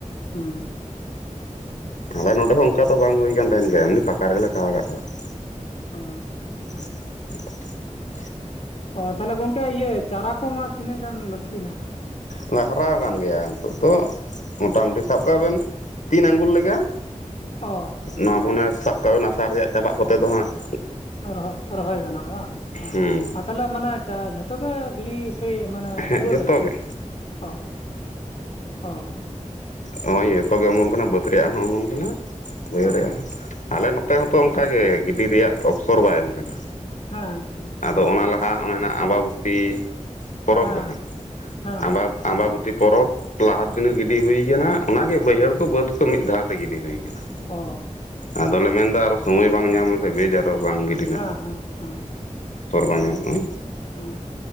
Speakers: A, on the left; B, on the left.
A: ᱦᱩᱸ
B: ᱛᱟᱦᱞᱮ ᱱᱚᱰᱮ ᱦᱚᱸ ᱾ ᱚᱱᱠᱟ ᱛᱚ ᱵᱟᱝ ᱦᱩᱭ ᱠᱟᱱᱟ ᱜᱮᱭᱟ ᱮᱢᱱᱤ ᱯᱷᱟᱠᱟ ᱨᱮ ᱜᱮ ᱠᱷᱟᱣᱟ ᱠᱟ ᱠᱚᱣᱟ ᱾
A: ᱚ
B: <unintelligible>
A: ᱚ ᱛᱟᱦᱚᱞᱮ ᱜᱚᱝᱠᱮ ᱤᱭᱟᱹ ᱪᱟᱨᱟ ᱠᱚᱢᱟ ᱛᱤᱱᱟᱹᱜ ᱜᱟᱱ ᱞᱟᱹᱴᱷᱩᱭᱮᱱᱟ
B: ᱚᱱᱟ ᱦᱟᱨᱟ ᱟᱠᱟᱱ ᱜᱮᱭᱟ ᱱᱤᱛᱚᱜ ᱫᱚ ᱢᱚᱴᱟ ᱢᱩᱴᱤ ᱥᱟᱵ ᱠᱟᱜ ᱵᱤᱱ ᱛᱤᱱ ᱟᱜᱩᱞ ᱞᱮᱠᱟ᱾
A: ᱚ
B: ᱱᱚᱣᱟ ᱢᱚᱱᱮ ᱥᱟᱵ ᱠᱟᱜ ᱵᱮᱱ ᱟᱥᱟᱨ ᱨᱮᱭᱟᱜ ᱪᱟᱵᱟᱜ ᱠᱚᱛᱮ ᱫᱚ ᱦᱟᱸᱜ ᱾
A: ᱨᱚᱦ ᱨᱚᱦᱚᱭ ᱜᱟᱱᱚᱜᱼᱟ ᱵᱟᱝ
B: ᱦᱩᱸ
A: ᱟᱨ ᱛᱟᱦᱚᱞᱮ ᱢᱟᱱᱮ ᱡᱷᱚᱛᱚ ᱜᱮ ᱜᱤᱲᱤ? ᱥᱮᱭ ᱢᱟᱱᱮ
B: ᱦᱮᱸ
A: ᱯᱩᱨᱟᱣ
B: ᱡᱚᱛᱚ
A: ᱠᱟᱫᱟ ᱯᱮ
B: ᱜᱮ
A: ᱚ ᱚ ᱾
B: ᱦᱚᱸᱜᱼᱚᱭ ᱡᱚᱛᱚᱜᱮ ᱮᱢᱚᱱ ᱠᱟᱱᱟ ᱵᱟᱹᱫᱽ ᱨᱮᱭᱟᱜ ᱦᱚᱸ ᱮᱢᱚᱱ ᱠᱟᱱᱟ ᱵᱟᱹᱭᱦᱟᱹᱲ
A: ᱚ
B: ᱨᱮᱭᱟᱜ ᱦᱚᱸ ᱟᱞᱮ ᱱᱚᱝ ᱱᱚᱛᱮ ᱦᱚᱸᱛᱚ ᱚᱱᱠᱟᱜ ᱜᱮ ᱜᱤᱰᱤ ᱨᱮᱭᱟᱜ ᱚᱯᱥᱚᱨ ᱵᱟᱭ ᱮᱢ ᱟᱠᱟᱱᱟ
A: ᱦᱮᱸ ᱛᱚ
B: ᱟᱫᱚ
A: ᱚ
B: ᱚᱱᱟ ᱞᱟᱦᱟ ᱟ ᱚᱱᱟ ᱨᱮᱱᱟᱜ ᱟᱸᱵᱟᱵᱩᱛᱤ ᱾ ᱯᱚᱨᱚᱵᱽ
A: ᱦᱮᱸ
B: ᱡᱟᱦᱟᱸ
A: ᱦᱮᱸ
B: ᱟᱵᱟ ᱟᱢᱵᱟᱵᱚᱛᱤ ᱯᱚᱨᱚᱵᱽ ᱞᱟᱦᱟ ᱫᱤᱱᱮ ᱜᱤᱰᱤ ᱦᱩᱭ ᱠᱟᱱᱟ ᱚᱱᱟᱜᱮ ᱵᱟᱹᱭᱦᱟᱹᱲ ᱠᱚ ᱵᱟᱹᱫᱽ ᱠᱚ ᱢᱤᱫ ᱫᱷᱟᱣ ᱛᱮ ᱜᱤᱫᱤ ᱦᱩᱭ ᱟᱠᱟᱱᱟ
A: ᱚ ᱚ
B: ᱟᱫᱚ ᱾ ᱟᱫᱚ ᱞᱮ ᱢᱮᱱ ᱮᱫᱟ ᱟᱨᱚ ᱥᱚᱢᱚᱭ ᱵᱟᱝ ᱧᱟᱢ ᱞᱮᱱᱠᱷᱟᱱ ᱵᱮᱡ ᱟᱨᱚ ᱵᱟᱝ ᱜᱚᱜᱼᱟ ᱾ ᱫᱤᱱᱟᱹᱜ
A: ᱦᱮᱸ ᱦᱮᱸ ᱦᱮᱸ
B: ᱵᱟᱝ ᱧᱟᱢᱚᱜᱼᱟ᱾
A: ᱚ ᱦᱮᱸ